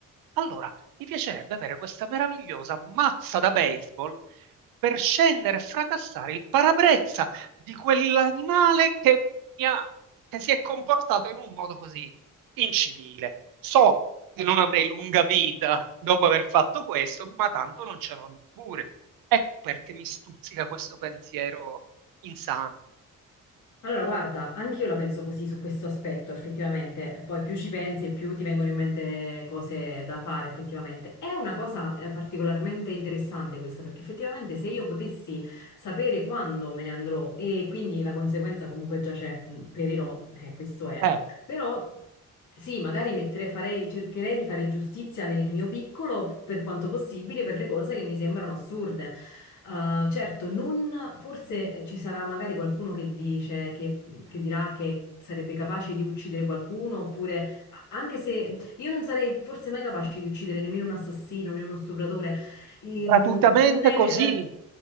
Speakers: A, on the right (about 85°); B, on the left (about 60°).
A: allora mi piacerebbe avere questa meravigliosa mazza da baseball per scendere e fracassare il parabrezza di quell'animale che, mi ha- che si è comportato in un modo così incivile. So che non avrei lunga vita dopo aver fatto questo, ma tanto non ce l'ho neppure. Ecco perché mi stuzzica questo pensiero insano.
B: Allora, guarda, anch'io la penso così su questo aspetto, effettivamente. Poi più ci pensi e più ti vengono in mente cose da fare, effettivamente. È una cosa eh, particolarmente interessante questa, perché effettivamente se io potessi sapere quando me ne andrò e quindi la conseguenza comunque già c'è, mm, perirò, eh, questo è.
A: Eh,
B: Però sì, magari mettere- farei- cercherei di fare giustizia nel mio piccolo per quanto possibile per le cose che mi sembrano assurde. Uh, certo, non, forse eh, ci sarà magari qualcuno che dice che, che dirà che sarebbe capace di uccidere qualcuno, oppure a- anche se io non sarei forse mai capace di uccidere nemmeno un assassino né uno stupratore, In-
A: gratuitamente
B: non è
A: così,
B: nella...